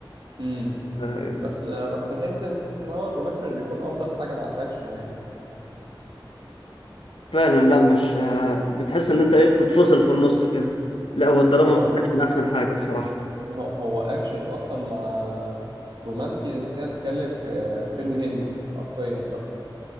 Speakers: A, on the right (about 60°); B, on the left (about 90°).
A: امم
B: آه،
A: بس آه، بس بحس ان هو الرومانسي مش بيكون افضل حاجه مع الاكشن يعني
B: فعلا لا مش آه، بتحس إن أنت إيه بتتفصل في النص كده لا هو الدراما
A: هو
B: ما كانتش من أحسن حاجة الصراحة
A: هو هو اكشن اصلا مع رومانسي ده انت كده بتتكلم في آه، فيلم هندي حرفيا بقى